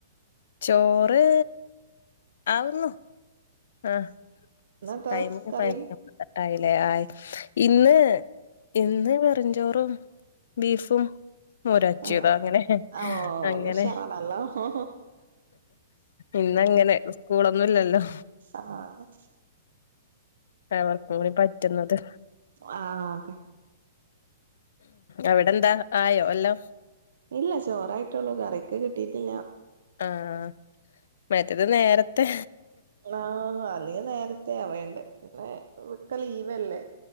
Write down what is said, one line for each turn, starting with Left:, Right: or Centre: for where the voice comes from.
Left: ചോറ് ആവുന്നു ആഹ്
Right: ഇന്നെന്താ
Left: <unintelligible>
Right: കറി
Left: കട്ട് ആയില്ലേ ആയി ഇന്ന് ഇന്ന് വെറ്ഞ്ചോറും ബീഫും മോര്കാച്ചിയതും
Right: ആഹ്
Left: അങ്ങനെ
Right: ഓ
Left: അങ്ങനെ
Right: <unintelligible>
Left: ഇന്നങ്ങനെ സ്കൂളൊന്നുംല്ലല്ലോ
Right: ആഹ്
Left: അവർക്കും കൂടി പറ്റുന്നത്
Right: ആഹ്ക
Left: അവിടെന്താ ആയോ എല്ലാം
Right: ഇല്ല ചോറായിട്ടുള്ളൂ കറിക്ക് കിട്ടിയിട്ടില്ല
Left: ആഹ് മറ്റത് നേരത്തെ
Right: ആഹ് അല്ല നേരത്തെ അവേണ്ട് പിന്നെ ഒക്ക ലീവല്ലേ